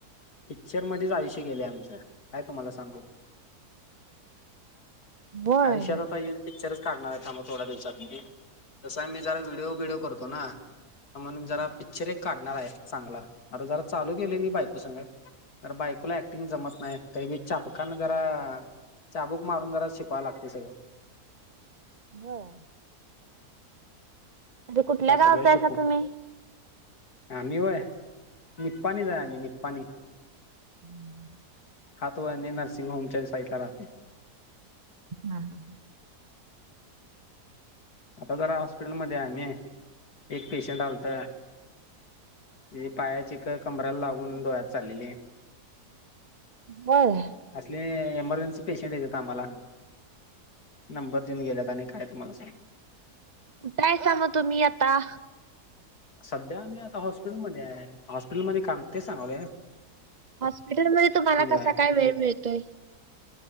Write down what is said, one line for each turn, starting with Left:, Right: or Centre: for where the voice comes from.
Left: पिक्चर मध्येच आयुष्य गेले आमच काय तुम्हाला सांगू.
Right: होय.
Left: आयुष्यात आता येऊन पिक्चरच काढणार आहे. थांबा थोड्या दिवसान मी. कस मी जरा व्हिडिओ बिडिओ करतोय ना. म्हणून जरा पिक्चर एक काढणार आहे चांगला. आता जरा चालू केलोय मी बायको संगट तर बायकोला ॲक्टिंग जमत नाही. तरी बी चापकान जरा चाबूक मारून जरा शिकवाव लागते सगळं.
Right: होय. म्हणजे कुठल्या गावच
Left: सगळं
Right: आहेसा
Left: शिकू
Right: तुम्ही?
Left: आम्ही होय. निपाणीत हाय आम्ही निपाणीत.
Right: हम्म.
Left: हा तो आम्ही नर्सिंग होमच्या साईड ला राहतोय.
Right: हा हा.
Left: आता जरा हॉस्पिटलमध्ये आहे आम्ही एक पेशंट आलत. म्हणजे पायाची कळ कमरला लागून डोळ्यात चाललेली.
Right: होय.
Left: असली एमर्जन्सी पेशंट येतात आम्हाला. नंबर देऊन गेल्यात आणि काय तुम्हाला सांगू.
Right: मग काय सांगा तुम्ही आता?
Left: सध्या मी आता हॉस्पिटलमध्ये आहे हॉस्पिटलमध्ये काम तेच सांगालोय ना.
Right: हॉस्पिटलमध्ये तुम्हाला कसा
Left: आहे
Right: काय वेळ मिळतोय.